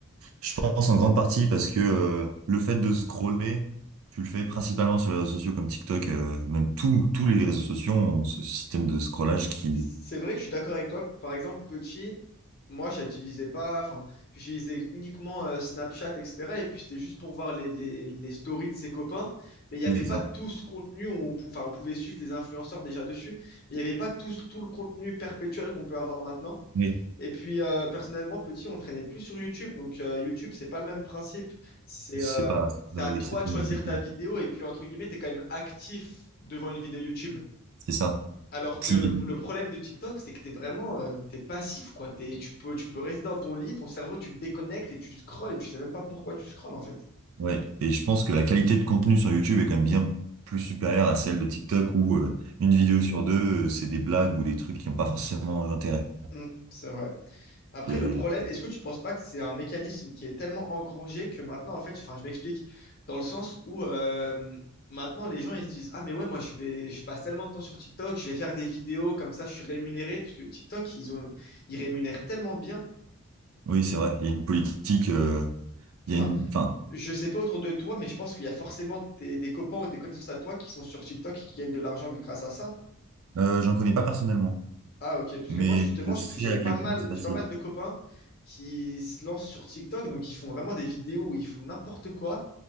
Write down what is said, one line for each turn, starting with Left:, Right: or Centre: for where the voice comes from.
Right: je pense en grande partie parce que euh, le fait de scroller, tu le fais principalement sur les réseaux sociaux comme TikTok, euh, même tous tous les réseaux sociaux ont ce système de scrollage qui.
Left: C'est vrai que je suis d'accord avec toi. Par exemple, petit, moi, j'utilisais pas, enfin, j'utilisais uniquement euh, Snapchat, etc. Et puis, c'était juste pour voir les, les- les stories de ses copains. Mais il n'y avait
Right: Oui. C'est
Left: pas
Right: ça.
Left: tout ce contenu. où On, pou- enfin, on pouvait suivre des influenceurs déjà dessus. Mais il n'y avait pas tout, ce- tout le contenu perpétuel qu'on peut avoir maintenant.
Right: Oui.
Left: Et puis, euh, personnellement, petit, on traînait plus sur YouTube. Donc, euh, YouTube, c'est pas le même principe. C'est
Right: C'est
Left: euh,
Right: pas.
Left: c'est
Right: voilà,
Left: à
Right: oui,
Left: toi
Right: c'est
Left: de
Right: pas
Left: choisir
Right: une- même compagnie.
Left: ta vidéo. Et puis, entre guillemets, tu es quand même actif devant une vidéo YouTube.
Right: C'est ça.
Left: Alors que
Right: Si
Left: le, le problème de TikTok, c'est que t'es vraiment, euh, t'es passif, quoi. T'es- tu peux, tu peux rester dans ton lit, ton cerveau, tu te déconnectes et tu scrolles et tu sais même pas pourquoi tu scrolles, en fait.
Right: Ouais, et je pense que la qualité de contenu sur YouTube est quand même bien plus supérieure à celle de TikTok où euh, une vidéo sur deux, euh, c'est des blagues ou des trucs qui n'ont pas forcément d'intérêt.
Left: Mm, c'est vrai. Après,
Right: Et
Left: le problème,
Right: et-
Left: est-ce que tu penses pas que c'est un mécanisme qui est tellement engrangé que maintenant, en fait, enfin, je m'explique, dans le sens où euh, maintenant, les gens, ils se disent, ah, mais ouais, moi, je vais, je passe tellement de temps sur TikTok, je vais faire des vidéos, comme ça, je suis rémunéré, puisque TikTok, ils ont, ils rémunèrent tellement bien.
Right: oui, c'est vrai, il y a une politique, euh, il
Left: Enfin,
Right: y a une, enfin,
Left: je sais pas autour de toi, mais je pense qu'il y a forcément des, des copains ou des connaissances à toi qui sont sur TikTok et qui gagnent de l'argent grâce à ça.
Right: euh, j'en connais pas personnellement,
Left: Ah, ok. Parce
Right: mais
Left: que moi, justement,
Right: je
Left: je-
Right: sais
Left: j'ai
Right: à
Left: pas
Right: quel
Left: mal,
Right: point c'est facile.
Left: j'ai pas mal de copains qui se lancent sur TikTok. Donc, ils font vraiment des vidéos où ils font n'importe quoi.